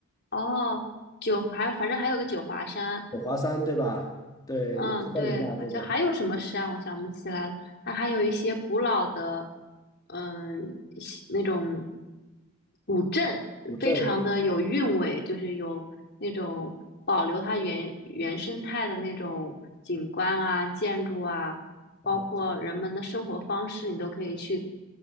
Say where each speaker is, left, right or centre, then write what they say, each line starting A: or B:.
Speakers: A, on the left (about 50°); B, on the left (about 20°).
A: 哦，九还有反正还有个九华山。
B: 五华山对吧？对，
A: 嗯，
B: 也是在云南对吧？
A: 对，好像还有什么山，我想不起来了。它还有一些古老的，嗯，西那种古镇，
B: 古镇
A: 非常的有韵味，就是有那种保留它原原生态的那种景观啊、建筑啊，
B: 啊，
A: 包括人们的生活方式，你都可以去